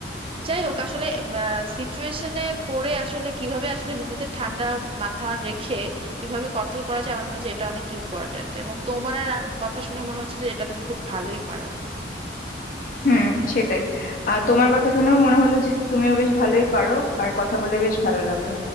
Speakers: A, on the right; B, on the left.
A: যাই হোক আসলে সিচুয়েশনে পড়ে আসলে কিভাবে আসলে নিজেদের ঠান্ডা মাথা রেখে কিভাবে কন্ট্রোল করা যায় আমার মনে হয় যে এটা অনেক ইম্পর্ট্যান্ট এবং তোমার আর আর কথা শুনে মনে হচ্ছে যে এটা তুমি খুব ভালোই পারো
B: হুম সেটাই আর তোমার কথা শুনেও মনে হলো যে তুমিও বেশ ভালোই পারো আর কথা বলে বেশ ভালো লাগলো